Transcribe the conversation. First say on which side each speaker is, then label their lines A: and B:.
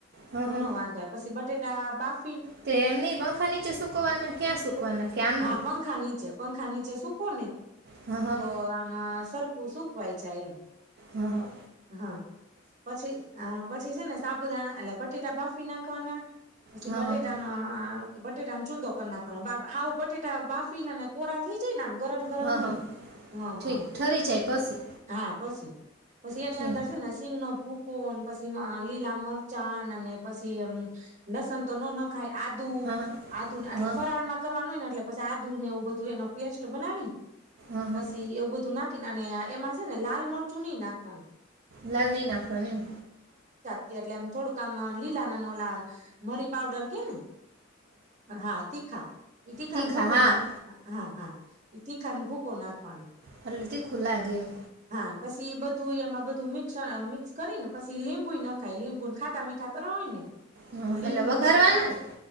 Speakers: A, on the right; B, on the right.
A: હં
B: તો
A: હં
B: નો વાંધો હોય પછી બટેટ ટા બાફ
A: તે એમની પંખા નીચે સુકવાના ક્યાં સુકવાના કે આમનું.
B: હા પંખા નીચે પંખા નીચે શૂખો ને.
A: હં હં
B: તો આમાં સરખું સુકવાય જાય એમ.
A: હં હં
B: હા પછી આ પછી છે ને સાબુદાણા એટલે બટેટા બાફી નાખવાના પછી
A: હં
B: બટેટાનો
A: હં
B: અ આ બટેટા ને ચુડો કરી નાખવાનો બા હાવ બટેટ ટા બાફીના ને અને કોરા થઈ જાય ને એમ ગરમ ગરમ
A: હં
B: નહી,
A: હં
B: હા
A: ઠીક
B: હા
A: ઠરી જાય પછી
B: હા. પસી પછી એની
A: ઠીક
B: અંદર છે ને સિંગનો ભૂકો ને પછી મા લીલા મરચાં અને પછી અમ લસણ તો ન ખાય આદુ
A: હં હં
B: આદુને એટલે
A: હં
B: ફરાળમાં કરવાનું હોય ને એટલે પસી આદુ ને એવું બધું એનો પેસ્ટ બનાવી
A: હં
B: પછી
A: હં
B: એવું બધું નાખ ખીને એમાં છે ને લાલ મરચું ની નાખવાનું
A: લાલ નહી નાખવાનું એમ.
B: તે એટલે એમ થોડુંક આમ અ લીલાના ન ઓલા મરી પાવડર કે ને. હા તીખા એ તી ખાન
A: તીખા
B: ભુંકો
A: હા
B: નાખ હા હા ઈ તીખા અને ભુંકો નાખવાનો.
A: આટલું તીખું લાગે એમ.
B: ને પછી બધું એમાં બધું મિક્સ અ મિક્સ કરી ને પછી લીબુ ઈ નાખાય લીંબુન ખાટા મીઠા કરવા હોય ને.
A: હા
B: તો લીંબુ
A: એટલે વાઘરવાનું
B: ખા
A: ને.